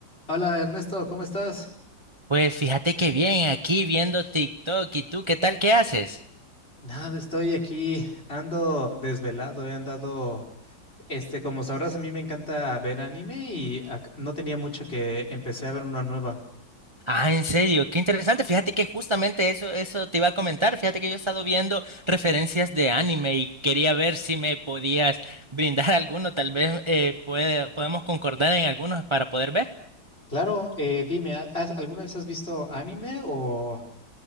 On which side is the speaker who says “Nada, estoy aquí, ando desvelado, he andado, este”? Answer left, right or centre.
Left